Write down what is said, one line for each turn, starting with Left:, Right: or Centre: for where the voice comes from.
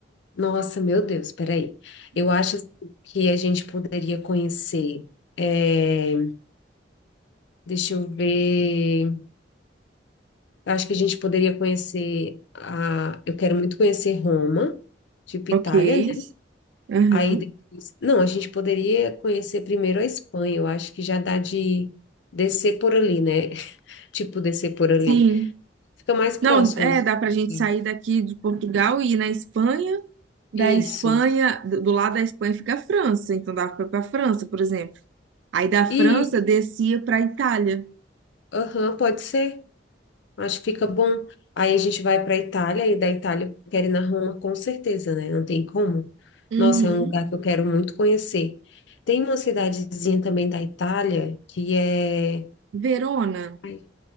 Left: Nossa, meu Deus, peraí. Eu acho assim que a gente poderia conhecer. é, deixa eu ver. Acho que a gente poderia conhecer a. Eu quero muito conhecer Roma, tipo
Right: Ok.
Left: Itália, né?
Right: Uhum.
Left: Aí depois, não, a gente poderia conhecer primeiro a Espanha, eu acho que já dá de descer por ali, né? <laughs> Tipo, descer por ali.
Right: Sim.
Left: Fica mais próximo.
Right: Não, é, dá pra gente
Left: né?
Right: sair daqui de Portugal e ir na Espanha. Da
Left: Isso.
Right: Espanha, do do lado da Espanha fica a França, então dava pra ir pra França, por exemplo. Aí da França
Left: Isso.
Right: descia pra Itália.
Left: Aham, pode ser. Acho que fica bom. Aí a gente vai para a Itália e da Itália eu quero ir na Roma com certeza, né? Não tem como.
Right: Uhum.
Left: Nossa, é um lugar que eu quero muito conhecer. Tem uma cidadezinha também da Itália que é
Right: Verona,
Left: ai,